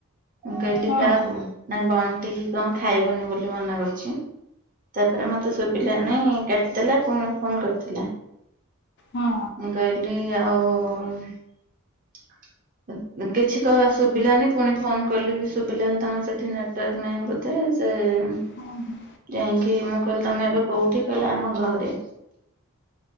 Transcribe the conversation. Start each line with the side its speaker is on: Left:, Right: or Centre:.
Right: ମୁଁ କହିଲି
Left: ହଁ
Right: କାହାକୁ ନା ବଣ ଟିକେ କଣ ଖାଇବନି ବୋଲି ମନା କରିଛି ତାପରେ ମତେ ଶୁଭିଲା ନାହି କାଟିଦେଲା ପୁଣି ଫୋନ କରିଥିଲା।
Left: ହଁ।
Right: ମୁଁ କହିଲି ଆଉ କିଛି କ ଶୁଭିଲାନି ପୁଣି ଫୋନ କାଲି ବି ଶୁଭିଲାନି ତମର ସେଇଠି ନେଟୱାର୍କ ନାହିଁ ବୋଧେ ଆଉ ସେ ହଁ
Left: ହଁ
Right: ଯାାଇଙ୍କି କି ମୁଁ କହିଲି ତମେ ଏବେ କୋଉଠି କହିଲା ଆମ ଘରେ।